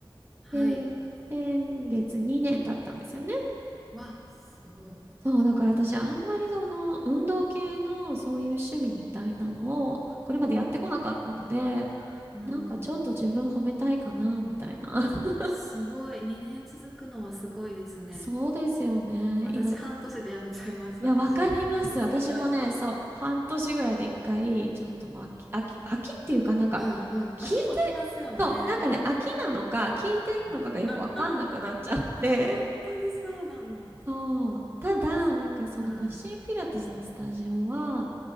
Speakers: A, in the centre; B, on the right.
A: はい。
B: で、先月2年経ったんですよね。
A: わ、すごい。
B: そう、だから私あんまりその運動系のそういう趣味みたいなのをこれまでやってこなかったので、
A: うん。
B: なんかちょっと自分褒めたいかな、みたいな。<laughs>
A: すごい。2年続くのはすごいですね。
B: そうですよね。
A: 私、
B: 今、
A: 半年で辞めちゃいました。
B: いや、
A: マシンピラティス。
B: わかります。私もね、
A: うん。
B: そう、半年ぐらいで一回、ちょっともう飽き、飽き、飽きっていうかなんか、
A: うん。うん。
B: 聞いて、
A: 秋も来ますよね。
B: そう、なんかね、飽きなのか、聞いてんのかがよくわかんなくなっちゃって、
A: うん。うん。うんえ、本当にそうなの。
B: そう。ただ、
A: そ
B: なんかそのマシンピラティスのスタジオは、
A: う。うん。